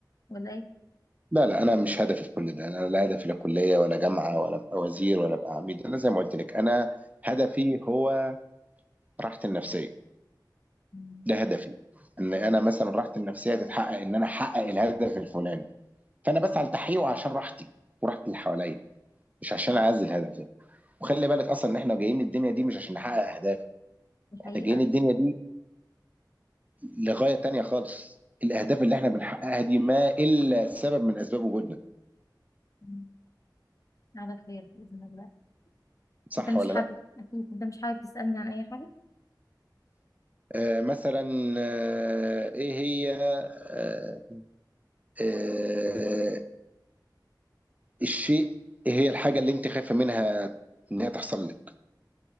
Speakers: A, on the left; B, on the right.
A: ولا ايه
B: لا لا انا مش هدفي في كل ده انا لا هدفي لا كليه ولا جامعه ولا ابقى وزير ولا ابقى عميد انا زي ما قلت لك انا هدفي هو راحتي النفسيه
A: مم.
B: ده هدفي ان انا مثلا راحتي النفسيه تتحقق ان انا احقق الهدف الفلاني فانا بسعى لتحقيقه عشان راحتي وراحه اللي حواليا مش عشان
A: طيب
B: اعزل الهدف ده وخلي بالك اصلا ان احنا جايين الدنيا دي مش عشان نحقق اهداف
A: دي
B: احنا
A: حقيقة
B: جايين الدنيا دي لغايه تانية خالص الاهداف اللي احنا بنحققها دي ما الا سبب من اسباب وجودنا
A: مم. على خير بإذن الله
B: صح
A: انت مش
B: ولا
A: حابب
B: لا
A: اكيد انت مش حابب تسألني عن اي حاجة
B: آه مثلا آه ايه هي آه آه الشيء ايه هي الحاجه اللي انت خايفه منها ان هي تحصل لك